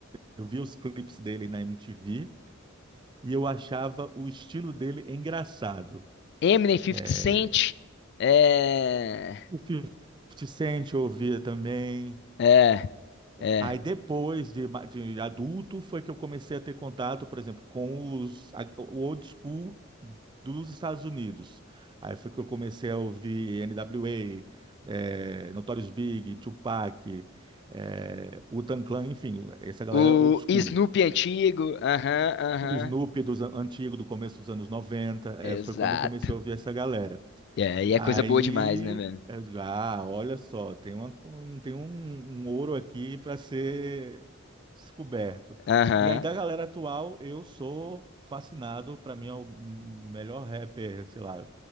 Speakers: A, on the right; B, on the left.
A: Eu vi os clipes dele na MTV e eu achava o estilo dele engraçado.
B: Eminem fifty
A: É,
B: Cent, é.
A: o 50 Cent eu ouvia também.
B: É, é.
A: Aí depois de, ma- de adulto foi que eu comecei a ter contato, por exemplo, com os, a- o old school dos Estados Unidos. Aí foi que eu comecei a ouvir NWA, é, Notorious Big, Tupac, é, Wu-Tang Clan, enfim, essa galera
B: O
A: old school.
B: Snoop antigo, aham, aham,
A: O Snoopy dos an- antigo, do começo dos anos 90 é,
B: exato.
A: foi quando eu comecei a ouvir essa galera.
B: É, e
A: Aí,
B: é coisa boa demais, né, velho?
A: eu digo, ah, olha só, tem uma, um, tem um, um ouro aqui para ser descoberto.
B: Aham.
A: E aí, da galera atual, eu sou fascinado, para mim é o melhor rapper, sei lá,